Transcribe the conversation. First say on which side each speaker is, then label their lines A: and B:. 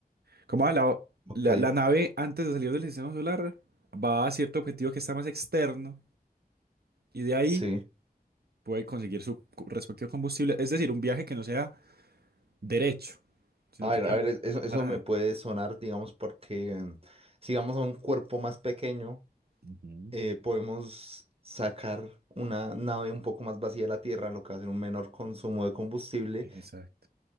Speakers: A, on the right; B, on the right.
A: Como ah, la,
B: Ok.
A: la, la nave antes de salir del sistema solar va a cierto objetivo que está más externo y de ahí
B: Sí.
A: puede conseguir su cu- respectivo combustible, es decir, un viaje que no sea derecho, sino
B: A
A: que
B: ver,
A: haya
B: a
A: una
B: ver, eso,
A: una
B: eso
A: parada.
B: me puede sonar, digamos, porque em, si vamos a un cuerpo más pequeño,
A: Ujú,
B: eh, podemos sacar una nave un poco más vacía de la Tierra, lo que va a ser un menor consumo de combustible,
A: Exacto.